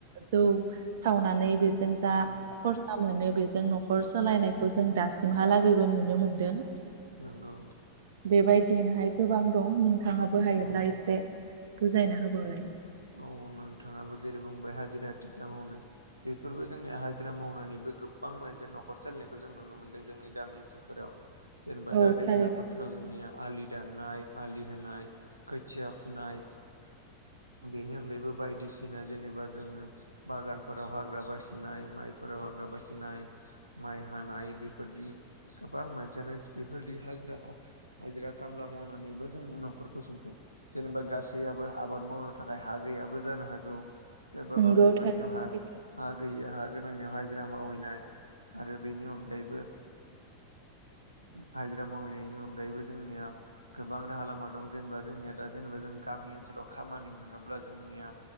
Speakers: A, on the right; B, on the right.
A: जौ सावनानै बेजों जा
B: औ
A: खर सा मोनो बेजों न'खर सोलायनायखौ जों दासिमहालागैबो नुनो मोनदों।
B: नोंगौ।
A: बेबायदिनोहाय गोबां दं नोंथांङाबो हायोब्ला
B: औ
A: एसे बुजायना होबावलाय।
B: औ नोंथाङाबो जेरै बुंबाय हाजिरा थिखा मावनाय बेफोरबो जोंनिया हाजिरा मावनानैबो गोबां मानसिया न'खर सालिनायखौ जों नुनो मोनदों जोंनि गामि ओनसोल जेनबा
A: औ
B: दा
A: थारैनो
B: दैज्लां बोथोर जोंनिया आलि दाननाय आलि होनाय खोथिया फुनाय बेनि अनगायैबो बायदिसिना जेनेबा जोङो बागानफोराव हाग्रा बासिनाय माइफोराव हाग्रा बासिनाय माइ हानाय बेफोरदि गोबां मानसियानो बेफोरदि हाजिराखौ हाजिरा खामला मावनानैबो जोंनि न'खरखौ सुंथों जेनेबा गासैयाबो आबाद मावनो थाखाय हा गैयाबो जानो हागौ सोरबाबा
A: नंगौ
B: बेफोरनियाव
A: थारैनो
B: हा
A: सैथो
B: हा गैयि हा गोनांनियाव हाजिरा मावहैनाय आरो बेनि अनगायैबो हाजिरा मावहैनायनि अनगायैबो जोंनिया गोबां राहा लामा दं जेनेबा जोंनिया दा जेनेबा जों गामि ओनसोलाव खामानि मोनोब्ला जोंनिया